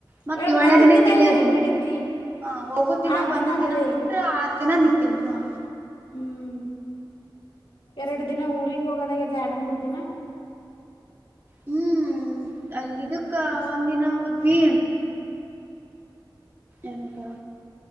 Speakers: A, on the right; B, on the left.
A: ಮತ್ತ
B: ಹೇಳ
A: ಏಳನೇ
B: ಬಂದಿದ್ದ
A: ದಿನಕ್ಕೆ
B: ದಿನ
A: ಇಲ್ಲೇದಿನಿ
B: ಇಲ್ಲಿ ಹೆಂಗ್ ಹಿಡಿತಿ
A: ಹ ಹೋಗುದ ದಿನ
B: ಆರ್
A: ಬಂದ ದಿನ
B: ಬರೀ
A: ಬಿಟ್ರ ಆರು ದಿನ ನಿ ತಿ ಹ <inaudible>
B: ಹ್ಮ್ ಎರಡು ದಿನ ಊಗ್ ಹೋಗದಾಗದ ಎರಡು ಮೂರ್ ದಿನ
A: ಹ್ಮ್ ಅಲ್ಲ ಇದಕ್ಕ ಒಂದಿನ ಹೋದ್ವಿ ಏನಂತರ